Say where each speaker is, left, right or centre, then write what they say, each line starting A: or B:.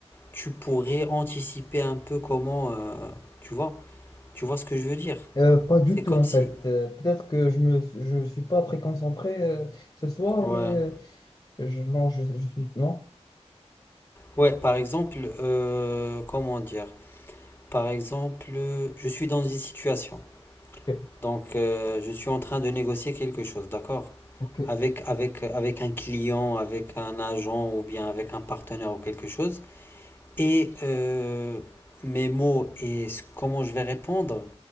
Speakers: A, on the left; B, on the left.
A: tu pourrais anticiper un peu comment... euh, tu vois Tu vois ce que je veux dire
B: Euh, pas du
A: c'est
B: tout
A: comme
B: en
A: si.
B: fait. Euh, peut-être que je me je suis pas très concentré euh, ce soir,
A: Ouais.
B: mais euh, je, non, je, je suis non.
A: Ouais, par exemple, euh, comment dire? Par exemple, euh, je suis dans une situation.
B: Ok,
A: Donc, euh, je suis en train de négocier quelque chose, d'accord?
B: Ok.
A: Avec, avec, avec un client, avec un agent ou bien avec un partenaire ou quelque chose. Et euh, mes mots et ce- comment je vais répondre